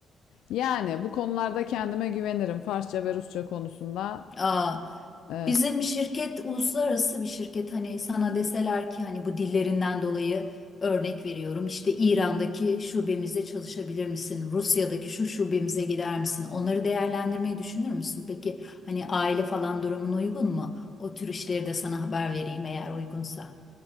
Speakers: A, on the left; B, on the left.
A: yani bu konularda kendime güvenirim. Farsça ve Rusça konusunda.
B: Aa,
A: Evet.
B: Bizim şirket uluslararası bir şirket. Hani sana deseler ki hani bu dillerinden dolayı örnek veriyorum. İşte İran'daki şubemizde çalışabilir misin? Rusya'daki şu şubemize gider misin? Onları değerlendirmeyi düşünür müsün? Peki hani aile falan durumun uygun mu? O tür işleri de sana haber vereyim eğer uygunsa.